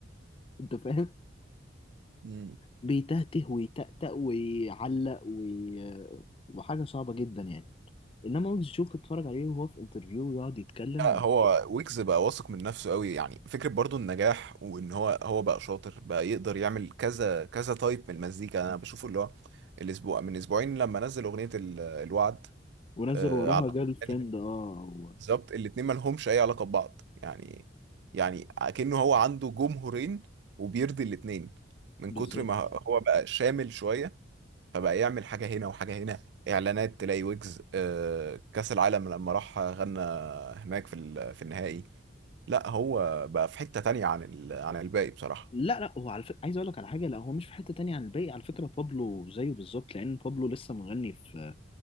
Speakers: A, on the left; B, on the right.
A: انت فاهم
B: مم.
A: بيتهته ويتأتأ ويعلق وي... وحاجة صعبة جدا يعني انما ويجز شوف تتفرج عليه وهو في انترفيو ويقعد يتكلم
B: لا هو ويجز بقى واثق من نفسه قوي يعني فكرة برضو النجاح وان هو هو بقى شاطر بقى يقدر يعمل كذا كذا تايب من المزيكا انا بشوفه اللي هو الاسبوع من اسبوعين لما نزل اغنية ال- الوعد
A: ونزل
B: آه
A: وراها
B: على
A: جيرل فريند
B: يعني
A: اه هو
B: بالظبط الاتنين ما لهمش اي علاقة ببعض يعني يعني اكنه هو عنده جمهورين وبيرضي الاتنين من
A: بالظبط
B: كتر ما هو بقى شامل شوية فبقى يعمل حاجة هنا وحاجة هنا إعلانات تلاقي ويجز آه، كأس العالم لما راح غنى هناك في ال- في النهائي لا هو بقى في حتة تانية عن ال- عن الباقي بصراحة
A: لا لا هو على فكرة عايز اقول لك على حاجة لا هو مش في حتة تانية عن الباقي على فكرة بابلو زيه بالظبط لان بابلو لسه مغني في